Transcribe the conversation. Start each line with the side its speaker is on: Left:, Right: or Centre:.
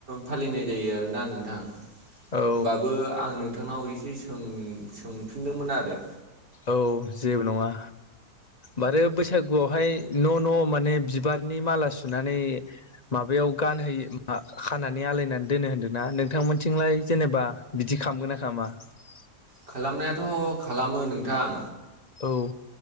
Right: फालिनाय जायो आरोना नोंथां होमबाबो
Left: औ
Right: आं नोंथांनाव एसे सों-सोंफिनदोंमोन आरो
Left: औ जेबो नङा माने बैसागुआवहाय न' न' माने बिबारनि माला सुनानै <unintelligible> बेयाव गानहोयो खानानै आलायनानै दोनो होनदोंना नोंथांमोनथिंलाय जेनेबा बिदि खालामगोन <unintelligible>
Right: खालामनायाथ' खालामो नोंथां
Left: औ